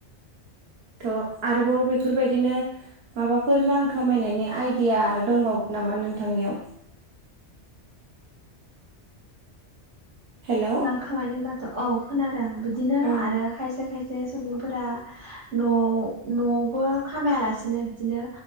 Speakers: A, on the right (about 60°); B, on the right (about 80°).
A: थ' आरोबाव बेफोरबायदिनो माबाफोर रां खामायनायनि आइदिया आरो दंबावो नामा नोंथांनियाव हेलौ
B: खामायनो होनबाथ' औ खोनादों बिदिनो
A: ओं
B: आरो खायसे खायसे सुबुंफोरा न'आव न'आवबो खामायालासिनो बिदिनो